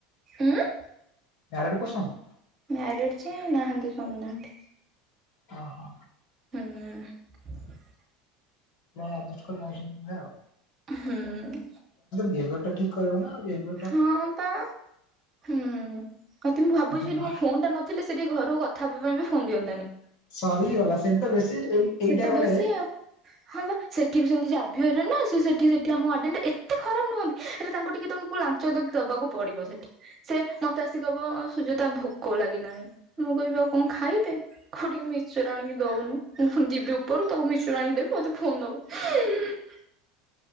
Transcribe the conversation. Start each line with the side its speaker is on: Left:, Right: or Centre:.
Right: ଉଁ
Left: ଏୟାରେଡ଼ ପସଙ୍ଗ
Right: ମ୍ୟାରିଡ଼୍ ଯେ ନାହାନ୍ତି ସ୍ୱାମୀ ନାହାନ୍ତି
Left: ଓହୋ
Right: ହଁ
Left: ଛଟ ପିଲାଙ୍କର
Right: ହୁଁ
Left: ବିହେବର ଟା ଠିକ କରିବ ନା ବିହେବର
Right: ହଁ ତା ହୁଁ ଅତି ମୁଁ ଭାବୁଛି
Left: ବ୍ୟବହାର
Right: ଏଇଠି ମୋ ଫୋନ ଟା ନ ଥିଲେ ସେଠି ଘରକୁ କଥା ହେବା ପାଇଁ ବି ଫୋନ ଦିଅନ୍ତାନି
Left: ସରିଗଲା ସେଇଠି ତ ବେଶୀ ଏଇ ଏଇଟା
Right: ସେ ତ
Left: ଗୋଟେ
Right: ବେଶୀ ଆଉ ହଁ ବା ସେଠି ବି ସେମତି ଜାିଭିୟରେ ନା ସେଠି ସେଠି ଆମ ୱାଡ଼େନ ଏତେ ଖରାପ ନୁହନ୍ତି ହେଲେ ତାଙ୍କୁ ଟିକେ ତମକୁ ଲାଞ୍ଚି ଦବାକୁ ପଡିବ ସେଠି ସେ ମତେ ଆସି କହିବ ସୁଯତା ଭୋକ ଲାଗିଲାଣି ମୁଁ କହିବି ଆଉ କଣ ଖାଇଦେ କୋଉ ଟିକେ ମିକ୍ସଚର ଆଣିକି ଦଉନୁ ମୁଁ ପୁଣି ଯିବି ଉପରୁ ତାକୁ ମିକ୍ସଚର ଆଣିକି ଦେବି ମୋତେ ଫୋନ ଦବ